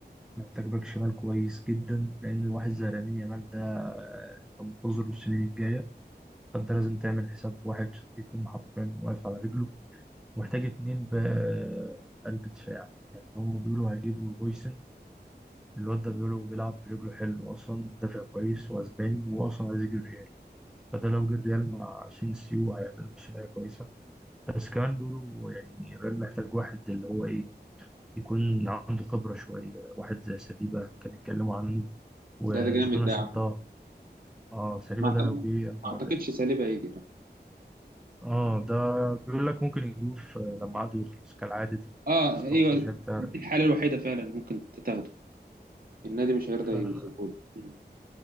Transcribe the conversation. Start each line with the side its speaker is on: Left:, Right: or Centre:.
Centre: محتاج باك شمال كويس جدا لان واحد زي لامين يامال ده آه، انت منتظره السنين الجايه فانت لازم تعمل حساب واحد يكون حرفيا واقف على رجله محتاج اتنين بقلب دفاع يعني هم بيقولوا هيجيبوا هويسن الواد ده بيقولوا بيلعب برجله حلو اصلا دافع كويس واسباني واصلا عايز يجي الريال فده لو جه الريال مع سينسيو هيعملوا مشاريع كويسه بس كمان بيقولوا يعني الريال محتاج واحد اللي هو ايه يكون عنده خبره شويه واحد زي سليبا كان اتكلموا عنه وجوناس
Right: ده ده جامد ده يا عم
Centre: انتهى اه سليبا
Right: ما أعتقد-
Centre: ده لو
Right: ما
Centre: جه يا نهار
Right: اعتقدش
Centre: ابيض
Right: ساليبا هيجي
Centre: اه ده بيقول لك ممكن يجيبوه في- لما عقده يخلص كالعاده
Right: اه
Centre: الاستراتيجيه
Right: ايوه
Centre: بتاع
Right: دي الحاله الوحيده فعلا ممكن تاخده النادي مش هيرضى
Centre: الريال
Right: يسيبهولك مم.